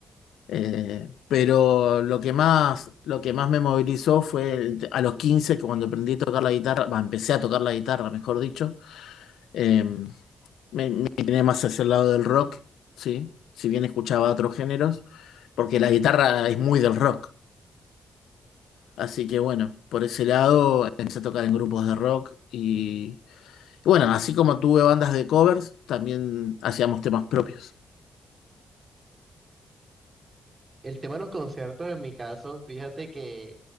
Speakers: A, on the left (about 80°); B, on the right (about 40°).
A: Eh, pero lo que más, lo que más me movilizó fue el- a los 15 que cuando aprendí a tocar la guitarra, bah, empecé a tocar la guitarra, mejor dicho, eh, me, me incliné más hacia el lado del rock, ¿sí? Si bien escuchaba otros géneros, porque la guitarra es muy del rock. Así que bueno, por ese lado empecé a tocar en grupos de rock y, y bueno, así como tuve bandas de covers, también hacíamos temas propios.
B: El tema de los conciertos, en mi caso, fíjate que